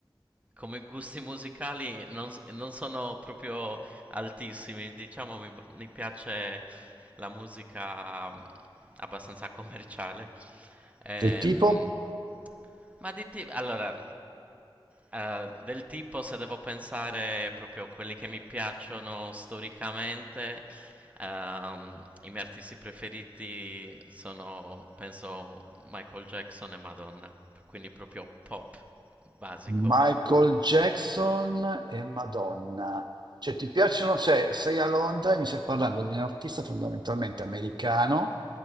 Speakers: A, on the right (about 15°); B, on the right (about 55°).
A: come gusti musicali non, s- non sono proprio altissimi. Diciamo mi, mi piace la musica mm, abbastanza commerciale. Ehm,
B: Del tipo
A: ma di tipo... Allora, eh, del tipo se devo pensare proprio a quelli che mi piacciono storicamente, ehm, i miei artisti preferiti sono, penso, Michael Jackson e Madonna. Quindi proprio pop, basico.
B: Michael Jackson e Madonna. Cioè, ti piacciono? Cioè, sei a Londra e mi stai parlando di un artista fondamentalmente americano